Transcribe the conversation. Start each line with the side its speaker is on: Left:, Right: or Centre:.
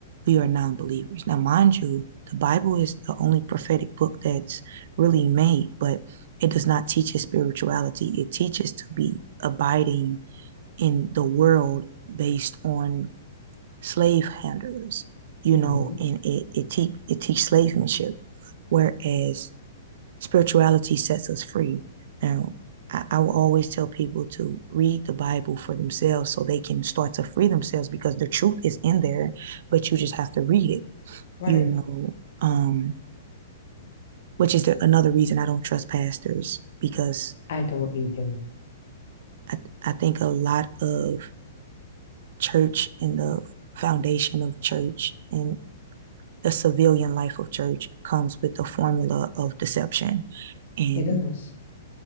Right: we are non-believers. Now, mind you, the Bible is the only prophetic book that's really made, but it does not teach us spirituality. It teaches to be abiding in the world based on slave handlers, you
Left: Mm-hmm.
Right: know, and it, it, te- it teaches slavemanship, whereas spirituality sets us free. Now, I, I will always tell people to read the Bible for themselves so they can start to free themselves because the truth is in there, but you just have to read it,
Left: Right.
Right: you know, um, which is the, another reason I don't trust pastors because
Left: I don't either.
Right: I, I think a lot of church and the foundation of church and the civilian life of church comes with the formula of deception, and
Left: It does.